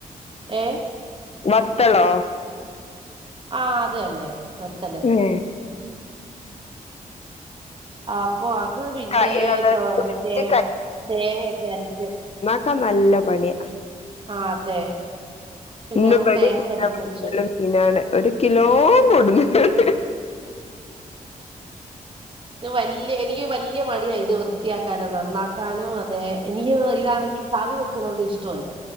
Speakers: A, on the right (about 35°); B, on the left (about 45°).
A: ഏ
B: മത്തളോ.
A: ആഹ് അത് തന്നെ ബത്തല്.
B: ഉം
A: അപ്പൊ അത് പിന്നെ
B: കൈ അത്
A: തോ
B: പൊരിച്ച്
A: മറ്റേ തേങ്ങയൊക്കെ അരച്ച്.
B: ക്ക നല്ല പണിയാ
A: ആഹ് അതെ. പിന്നെ
B: ഇന്ന്
A: അത്
B: ഇവടിം
A: തേങ്ങ
B: <unintelligible>
A: അരച്ച് വെച്ചു
B: മീനാണ് ഒരു കിലോ കൊടുന്ന്ക്ക്ണ്.
A: ക്ക് വല്ല്യ എനിക്ക് വല്ല്യ മടിയാണ് ഇത് വൃത്തിയാക്കാനും നന്നാക്കാനും. അതെ എനിക്ക് ഇതാണെങ്കിൽ കറി വെക്കുന്നത് ഇഷ്ടമല്ല